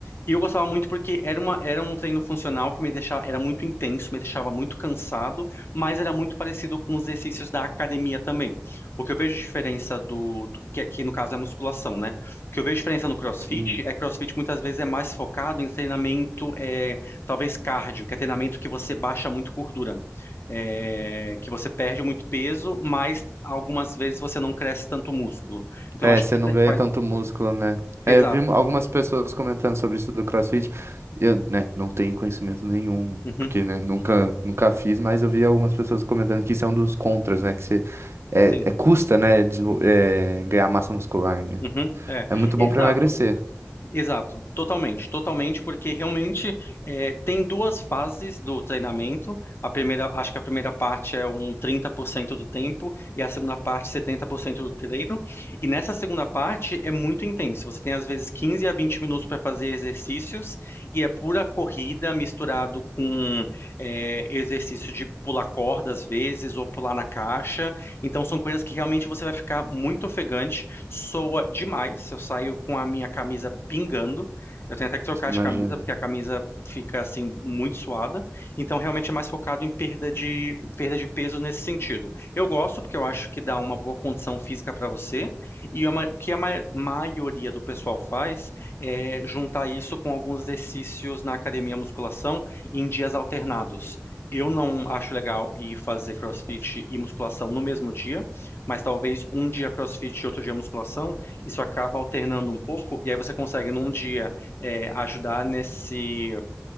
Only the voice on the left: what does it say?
E eu gostava muito porque era uma, era um treino funcional que me deixava, era muito intenso, me deixava muito cansado, mas era muito parecido com os exercícios da academia também. O que eu vejo de diferença do, do- que aqui no caso é a musculação, né? O que eu vejo de diferença no CrossFit
é que CrossFit muitas vezes é mais focado em treinamento, é, talvez cardio, que é treinamento que você baixa muito gordura, é, que você perde muito peso, mas algumas vezes você não cresce tanto músculo. Então
eu acho
que
faz,
exato.
Uhum,
sim.
Uhum, é,
exato,
exato, totalmente, totalmente, porque realmente é, tem duas fases do treinamento. A primeira, acho que a primeira parte é um 30% do tempo e a segunda parte 70% do treino. E nessa segunda parte é muito intenso. Você tem às vezes 15 a 20 minutos para fazer exercícios e é pura corrida misturado com é, exercício de pular corda às vezes ou pular na caixa. Então são coisas que realmente você vai ficar muito ofegante soa demais. Eu saio com a minha camisa pingando. Eu tenho até que trocar
de camisa, porque a camisa fica assim muito suada. Então realmente é mais focado em perda de perda de peso nesse sentido. Eu gosto porque eu acho que dá uma boa condição física para você. E a ma- o que a ma- maioria do pessoal faz é juntar isso com alguns exercícios na academia musculação em dias alternados. Eu não acho legal ir fazer CrossFit e musculação no mesmo dia, mas talvez um dia CrossFit e outro dia musculação, isso acaba alternando um pouco, e aí você consegue num dia é, ajudar nesse,